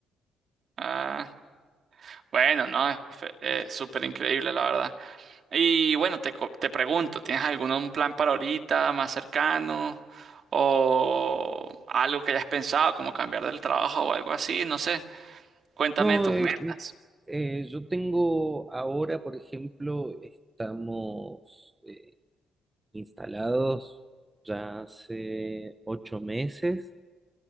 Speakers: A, on the right; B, on the right.
A: Ah, bueno, no, es fe- eh, súper increíble, la verdad. Y bueno, te, co- te pregunto, ¿tienes algún un plan para ahorita, más cercano? ¿O algo que hayas pensado, como cambiar del trabajo o algo así? No sé, cuéntame
B: No,
A: de tus
B: eh,
A: metas.
B: mm, eh, yo tengo ahora, por ejemplo, estamos... eh, instalados ya hace ocho meses